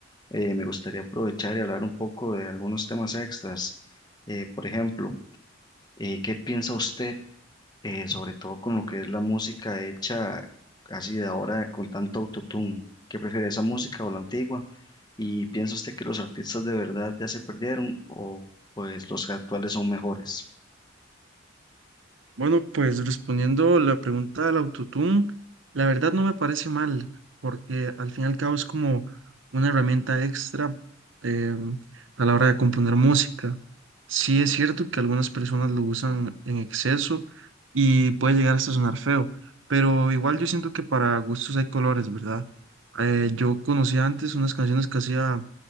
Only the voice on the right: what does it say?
Bueno, pues respondiendo la pregunta del autotune, la verdad no me parece mal, porque al fin y al cabo es como una herramienta extra em, a la hora de componer música. Sí es cierto que algunas personas lo usan en exceso y puede llegar hasta sonar feo, pero igual yo siento que para gustos hay colores, ¿verdad? Eh, yo conocía antes unas canciones que hacía